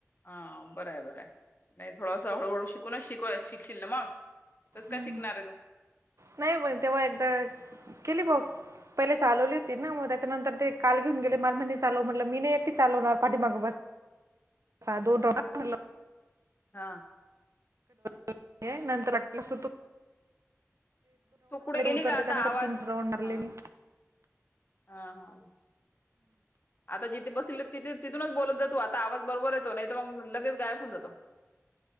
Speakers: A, on the left; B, on the right.
A: हा बरय बरं आहे नाही थोडस हळूहळू शिकूनच शिक शिकशील ना मग. तस
B: हम्म
A: काय शिकणार आहे तू
B: नाही मग तेव्हा एकदा केली भाउ पहिले चालवली होती ना मग. त्याच्यानंतर ते काल घेऊन गेले मला म्हणे चालव म्हटलं मी नाही एकटी चालवणार, पाठीमाग बसा हा दो <unintelligible> म्हणलं.
A: हा.
B: <unintelligible> नंतर ऐकलस तु
A: तू कुठ गेली
B: उतर
A: का
B: त्याच्यानंतर
A: आता आवाज
B: तीन राऊंड मारले
A: हां
B: मी
A: हा हा. आता जिथे बसल तिथ तिथूनच बोलत जातो आता आवाज बरोबर येतो, नाही तर मग लगेच गायब होऊन जातो.